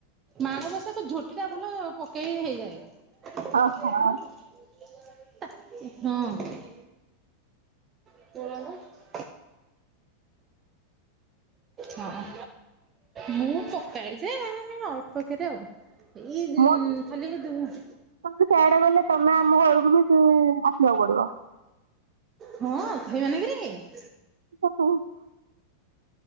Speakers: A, on the right; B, on the right.
A: ମାଣବସାକୁ ଝୋଟିଟା ଭଲ ପକେଇ ହେଇଯାଏ
B: ଓହୋ।
A: ହଁ। <unintelligible> ହଁ, ମୁଁ ପକାଏ ଯେ ଅଳ୍ପ କେରେ ଆଉ। ଏଇ
B: ମୋ,
A: ଖାଲି
B: ସେଆଡ଼େ ଗଲେ ତମେ ଆମ ଘରକୁ ବି ଆସିବାକୁ ପଡିବ।
A: ହଁ ହେଇ ମାନେ କିରେ
B: <unintelligible>